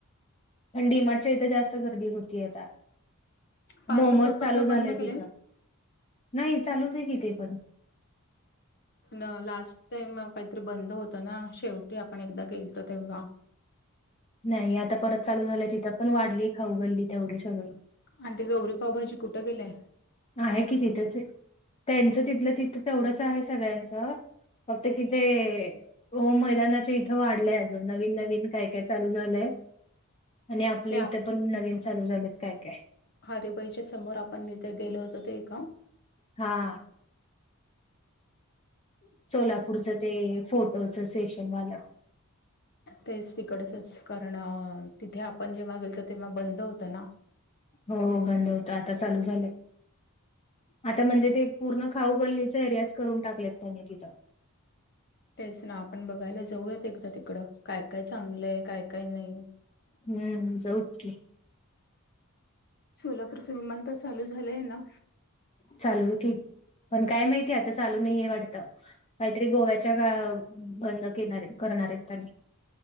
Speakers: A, on the left; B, on the left.
A: थंडी मच्या इथं जास्त गर्दी होती आता
B: पार्क
A: मोमज
B: चौकातला
A: चालू झालंय
B: बंद केलंय.
A: तिथं नाही चालूच आहे किथे पण <inaudible>
B: न लास्ट टाईम काहीतरी बंद होतं ना शेवटी आपण एकदा गेलतो तेव्हा
A: नाही आता परत चालू झालंय तिथं पण वाढली खाऊ घल्ली तेवढी सगळं
B: आणि ते गौरीपावभाजी कुठं गेलंय
A: आहे की तिथेच त्यांचं तिथलं तिथं तेवढंच आहे सगळ्यांचं फक्त किथ हो मैदानाच्या इथं वाढलंय अजून नवीन नवीन काय काय चालू झालंय आणि आपले
B: ते आपल्या
A: इथं पण नवीन चालू झालेत काय काय
B: हरबाईच्या समोर आपणथ गेलो होतो तेो ए का
A: हा
B: ह
A: सोलापूरचं ते फोटोच सेशन वालं
B: तेच तिकडचच कारण तिथे आपण जेव्हा गेलतो तेव्हा बंद होतं ना
A: हो बंद होत आता चालू झालं आता म्हणजे ते पूर्ण खाऊ गली एरियाच करून टाकलेत त्यांनी तिथं
B: तेच ना आपण बघायला जाऊयात एकदा तिकड काय काय चांगलंय काय काय नाही
A: हम्म जाऊत की
B: सोलापूरचं विमानत चालू झालंय ना
A: चालूठी पण काय माहितीय आता चालू नाहीे वाटत काहीतरी गोव्याच्याळ बंद केणार करणार आहेत त्यांनी